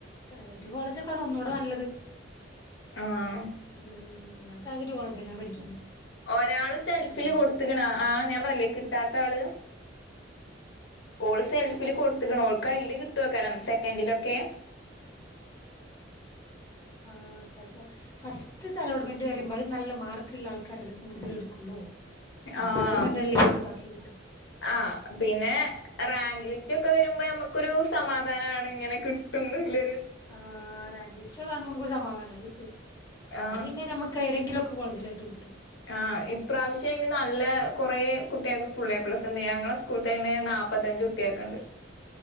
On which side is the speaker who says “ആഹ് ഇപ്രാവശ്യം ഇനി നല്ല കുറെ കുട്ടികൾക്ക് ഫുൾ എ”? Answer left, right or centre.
Left